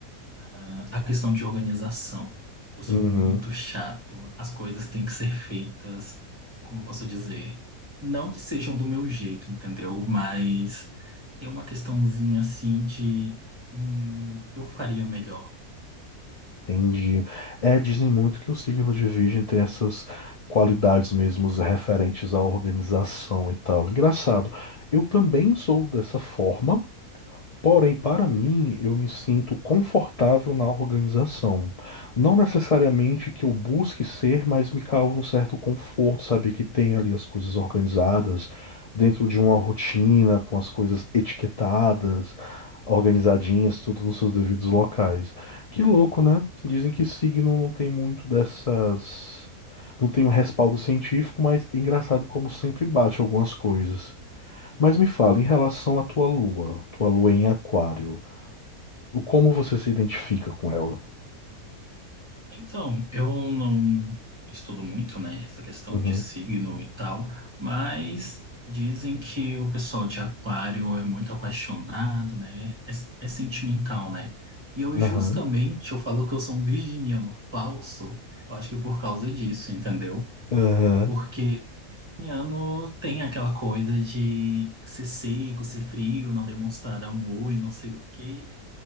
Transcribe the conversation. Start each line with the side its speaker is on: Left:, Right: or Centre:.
Right: Ah, A questão de organização. Eu sou
Left: Uhum.
Right: muito chato. As coisas têm que ser feitas, como eu posso dizer, não que sejam do meu jeito, entendeu? Mas tem uma questãozinha assim de, hum, eu faria melhor,
Left: Entendi. É, dizem muito que o signo de Virgem tem essas qualidades mesmo referentes à organização e tal. Engraçado. Eu também sou dessa forma, Porém, para mim, eu me sinto confortável na organização. Não necessariamente que eu busque ser, mas me causa um certo conforto saber que tem ali as coisas organizadas, dentro de uma rotina, com as coisas etiquetadas, organizadinhas, tudo nos seus devidos locais. Que louco, né? Dizem que signo não tem muito dessas. Não tem um respaldo científico, mas engraçado como sempre bate algumas coisas. Mas me fala, em relação à tua lua, tua lua em aquário, o como você se identifica com ela?
Right: Então, eu não estudo muito, né, essa questão
Left: Uhum.
Right: de signo e tal, mas dizem que o pessoal de Aquário é muito apaixonado, né, é, é sentimental, né? E eu
Left: Aham.
Right: justamente, eu falo que eu sou um virginiano falso, eu acho que por causa disso, entendeu?
Left: Aham,
Right: Porque virginiano tem aquela coisa de ser seco, ser frio, não demonstrar amor e não sei o quê.